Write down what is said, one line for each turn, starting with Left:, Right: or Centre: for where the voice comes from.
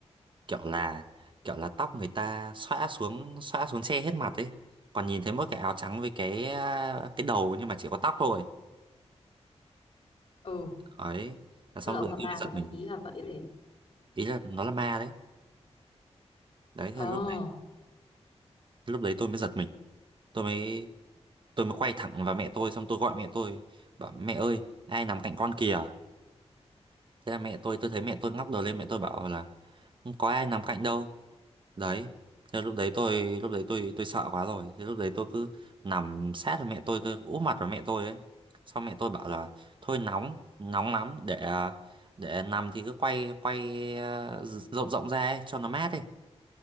Right: kiểu là kiểu là tóc người ta xõa xuống xõa xuống che hết mặt ấy còn nhìn thấy mỗi cái áo trắng với cái à, cái đầu nhưng mà chỉ có tóc thôi
Left: ừ
Right: ấy là xong
Left: tức là ông
Right: rồi tôi
Left: gặp ma
Right: mới giật
Left: đúng không
Right: mình
Left: ý là vậy để
Right: ý là nó là ma đấy đấy
Left: ờ
Right: thế là lúc đấy lúc đấy tôi mới giật mình tôi mới tôi mới quay thẳng vào mẹ tôi xong tôi gọi mẹ tôi bảo mẹ ơi ai nằm cạnh con kìa thế là mẹ tôi tôi thấy mẹ tôi ngóc đầu lên mẹ tôi bảo là không có ai nằm cạnh đâu đấy thế lúc đấy tôi lúc đấy tôi tôi sợ quá rồi thế lúc đấy tôi cứ nằm sát vào mẹ tôi tôi úp mặt vào mẹ tôi ấy xong mẹ tôi bảo là thôi nóng nóng lắm để à, để nằm thì cứ quay quay ờ, rộng rộng ra ấy, cho nó mát đi